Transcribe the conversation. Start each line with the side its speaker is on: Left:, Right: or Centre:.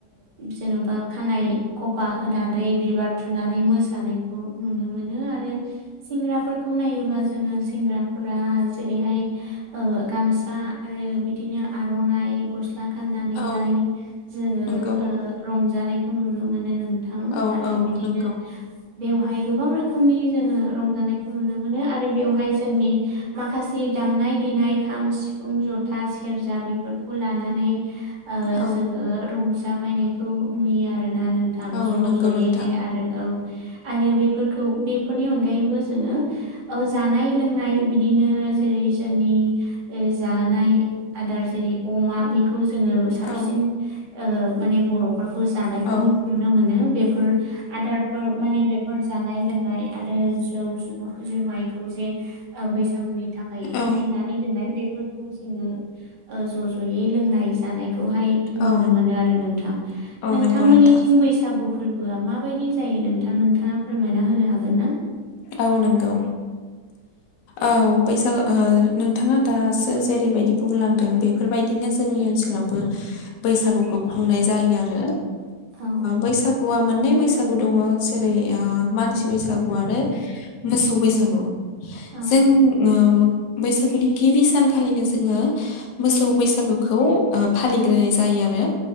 Right: जेन'बा नाय खफा होनानै बिबार थुनानै मोसानायखौ नुनो मोनो आरो सेंग्राफोरखौ नायोबा जोङो सेंग्राफोरा जेरैहाय गामसा आरो बिदिनो आर'नाइ गस्ला गाननानैहाय
Left: औ
Right: जोङो
Left: नंगौ
Right: रंजानाय खौ नुनो मोनो नोंथां
Left: औ
Right: आरो
Left: औ
Right: बिदिनो
Left: नंगौ
Right: बेवहाय गोबां रोखोमनि जोङो रंजानायखौ नुनो मोनो आरो बेवहाय जोंनि माखासे दामनाय देनाय खाम सिफुं जथ था सेरजा बेफोरखौ लानानै
Left: औ
Right: जोङो रंजा बायनायखौ नुयो आरोना नोंथां
Left: औ
Right: ज'
Left: नंगौ
Right: ज'यैहाय
Left: नोंथां
Right: आरो औ आरो बेफोरखौ बेफोरनि अनगायैबो जोङो जानाय लोंनाय बिदिनो जेरै जोंनि जानाय आदार जेरै अमा बेखौ जोङो साबसिन
Left: औ
Right: माने बर'फोरखौ जानाय
Left: औ
Right: नुनो मोनो बे आदारफोर माने बेफोर जानाय लोंनाय आरो जौ जुग जुमायखौ जे बैसागुनि थाखाय
Left: औ
Right: थिनानै दोननाय बेफोरखौ जोङो ज' ज'यै लोंनाय जानाय खौहाय नुनो
Left: औ
Right: मोनो आरो नोंथां
Left: औ
Right: नोंथांमोननिथिं
Left: नंगौ नोंथां
Right: बैसागु फोरबोआ माबायदि जायो नोंथां नोंथाङा फोरमायना होनो हागोन ना
Left: औ नंगौ औ बैसागु नोंथाङा दासो जेरैबायदि बुंलांदों बेफोरबायदिनो जोंनि ओनसोलाव वबो बैसागुखौ खुंनाय जायो आरो
Right: औ
Left: बैसागुआ मोननै बैसागु दङ जेरै मानसि बैसागु आरो मोसौ बैसागु
Right: औ
Left: जों ओ बैसागुनि गिबि सानखालिनो जोङो मोसौ बैसागुखौ फालिग्रोनाय जायो आरो